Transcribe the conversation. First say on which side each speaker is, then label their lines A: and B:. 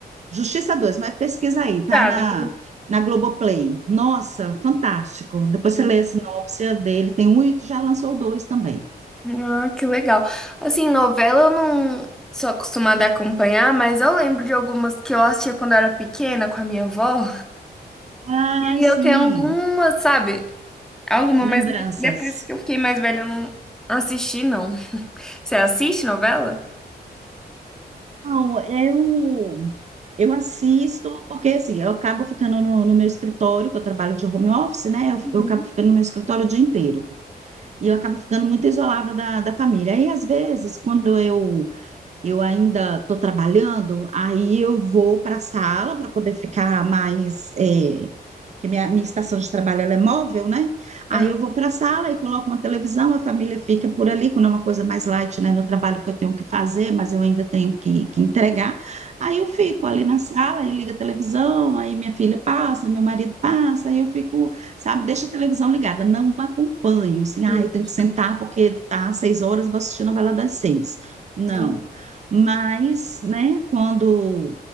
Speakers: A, on the right; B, in the centre.
A: Justiça dois, mas pesquisa aí, tá
B: tá,
A: na,
B: depois eu
A: na Globoplay. Nossa, fantástico. Depois
B: assisti.
A: você lê a sinopse dele, tem um e já lançou o dois também.
B: Ah, que legal. Assim, novela eu não sou acostumada a acompanhar, mas eu lembro de algumas que eu assistia quando eu era pequena com a minha avó.
A: Ah,
B: E
A: sim.
B: eu tenho algumas, sabe? Alguma,
A: Lembranças.
B: mas não- depois que eu fiquei mais velha, eu não assisti, não. Você assiste novela?
A: Não, eu, eu assisto, porque assim, eu acabo ficando no, no meu escritório, que eu trabalho de home office, né? Eu,
B: Uhum.
A: eu acabo ficando no meu escritório o dia inteiro. E eu acabo ficando muito isolada da, da família. aí às vezes, quando eu eu ainda estou trabalhando, aí eu vou para a sala para poder ficar mais. É, que minha, minha estação de trabalho ela é móvel, né? Aí
B: Ah,
A: eu vou para a sala e coloco uma televisão, a família fica por ali, quando é uma coisa mais light, né? No trabalho que eu tenho que fazer, mas eu ainda tenho que, que entregar. Aí eu fico ali na sala e liga a televisão, aí minha filha passa, meu marido passa, aí eu fico, sabe, deixa a televisão ligada, não acompanho, assim,
B: justo.
A: ah, eu tenho que sentar porque tá às seis horas, vou assistir a novela das seis. Não,
B: Sim.
A: mas, né, quando